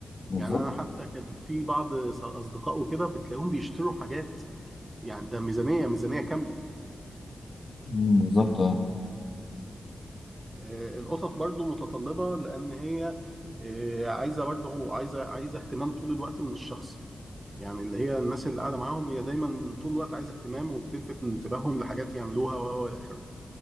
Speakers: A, on the left (about 50°); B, on the right (about 30°).
A: بالظبط
B: يعني انا حتى كان في بعض ص- اصدقاء وكده بتلاقيهم بيشتروا حاجات يعني ده ميزانية ميزانية كاملة
A: مم، بالظبط اه
B: آه، القطط برضو متطلبة لأن هي آه، عايزة برضو هو عايزة عايزة اهتمام طول الوقت من الشخص يعني اللي هي الناس اللي قاعدة معاهم هي دايما طول الوقت عايزة اهتمام وبتلفت انتباههم لحاجات يعملوها و و إلى آخره